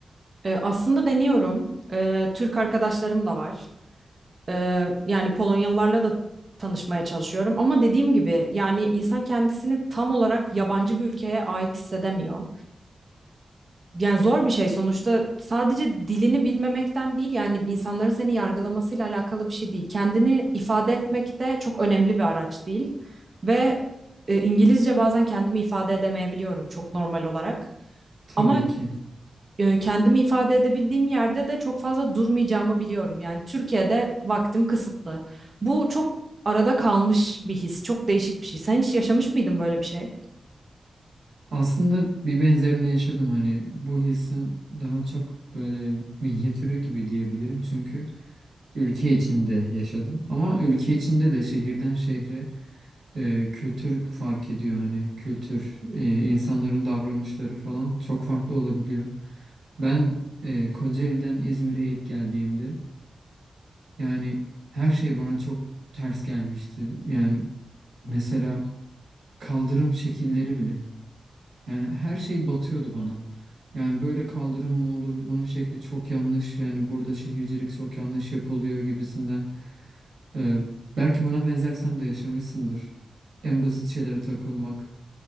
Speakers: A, on the right; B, on the right.
A: Ee, aslında deniyorum. Ee, Türk arkadaşlarım da var. Ee, yani Polonyalılarla da tanışmaya çalışıyorum. Ama dediğim gibi yani insan kendisini tam olarak yabancı bir ülkeye ait hissedemiyor. Yani zor bir şey sonuçta sadece dilini bilmemekten değil yani insanların seni yargılamasıyla alakalı bir şey değil. Kendini ifade etmek de çok önemli bir araç değil. Ve e, İngilizce bazen kendimi ifade edemeyebiliyorum çok normal olarak.
B: Tabii
A: Ama
B: ki.
A: e, kendimi ifade edebildiğim yerde de çok fazla durmayacağımı biliyorum. Yani Türkiye'de vaktim kısıtlı. Bu çok arada kalmış bir his, çok değişik bir şey. Sen hiç yaşamış mıydın böyle bir şey?
B: Aslında bir benzerini yaşadım hani bu hissin daha çok böyle minyatürü gibi diyebilirim çünkü ülke içinde yaşadım. Ama ülke içinde de şehirden şehre e, kültür fark ediyor. Hani kültür, e, insanların davranışları falan çok farklı olabiliyor. Ben e, Kocaeli'den İzmir'e ilk geldiğimde yani her şey bana çok ters gelmişti. Yani mesela kaldırım şekilleri bile. Yani her şey batıyordu bana. Yani böyle kaldırım mı olur? Bunun şekli çok yanlış. Yani burada şehircilik çok yanlış yapılıyor gibisinden. Ee, belki buna benzer sen de yaşamışsındır. En basit şeylere takılmak